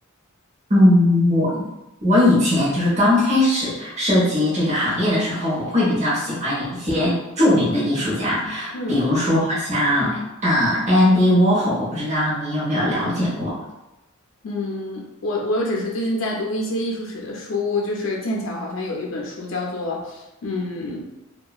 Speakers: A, on the right; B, on the left.
A: 嗯，我我以前就是刚开始涉及这个行业的时候，我会比较喜欢一些著名的艺术家，
B: 嗯。
A: 比如说像呃 Andy Warhol，我不知道你有没有了解过。
B: 嗯，我我又只是最近在读一些艺术史的书，就是剑桥好像有一本书叫做，嗯